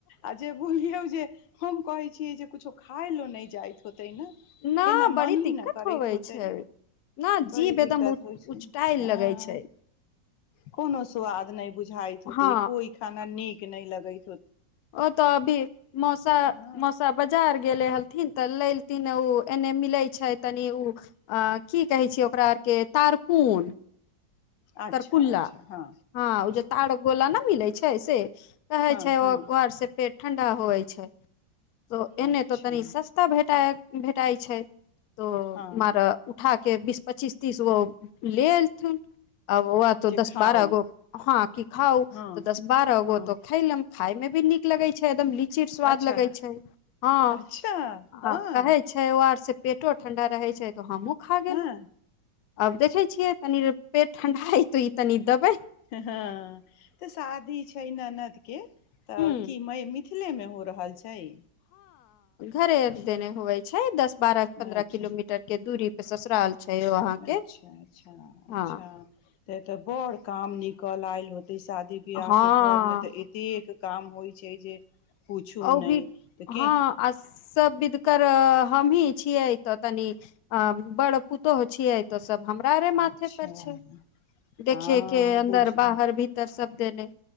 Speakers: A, on the left (about 80°); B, on the left (about 65°).
A: आ जे बुलियौ जे हम कहै छियै जे कुछो खाइ लऽ नहि जाइत होतै ने
B: न
A: केना मन
B: बड़ी
A: ही
B: दिक्कत
A: ने करैत
B: होवे
A: होतै
B: छै न
A: बड़ी
B: जीभ एकदम
A: दिक्कत
B: उचटायल
A: होइत छै हँ
B: लगै छै
A: कोनो स्वाद नहि बुझ इत होतै
B: हँ
A: कोनो खाना नीक नहि लगै
B: ओ तऽ अभी मौसा
A: हँ
B: मौसा बजार गेले हलथिन तऽ लै तने ओ एन्ने मिलै छै तनी ओ अ की कहै छियै ओकरा आरके तारकून
A: अच्छा
B: तरकुल्ला
A: अच्छा हँ
B: हँ ओ जे तार गोला न मिले छै से कहै
A: हँ
B: छै व्हाट्सप्प
A: हँ
B: ठण्डा होइ छै त एने
A: अच्छा
B: त तनी सस्ता भेटाइ भेटाइ छै त
A: हँ
B: मर उठा के बिस पच्चीस तीस गो लेएथुन आब ओ तो
A: जे
B: दस
A: खाउ
B: बारह गो हँ की खाउ
A: हँ
B: तऽ दस बारह
A: हँ
B: गो तो खैलम खाइ मे भी नीक लगै छै एकदम लि - चीर स्वाद
A: अच्छा
B: लगै छै हँ
A: अच्छा हँ
B: आ कहै छै ओ आर से पेटो ठंडा रहै छै तऽ हमहूँ खा गेल
A: हँ
B: आब देखै छियै तनि र पेट ठणडा आत ई तनी देबै
A: हँ तऽ शादी छै <unintelligible> तऽ
B: हूँ
A: की मइ न मिथिल खुले मे हो रहल छै छै
B: घरेर देने हुयै छै दस बारह पन्द्रह
A: अच्छा
B: किलोमीटर के दूरी पे ससुराल छै ओ अहाँके
A: अच्छा अच्छा अच्छा
B: हँ
A: ते तऽ बर काम निकल आएल होत शादी विवआह
B: हँ
A: के घर मे त एतेक काम होइ छै जे पुछू
B: औ
A: नहि
B: भी
A: तऽ के-
B: हँ आ सब विधकर हमहीं छियै त तनि बड़ पुतौह छियै त सब हमरा माथे
A: अच्छा
B: पर छै देखे
A: हँ
B: के अन्दर
A: बुझू
B: बाहर भीतर सब देने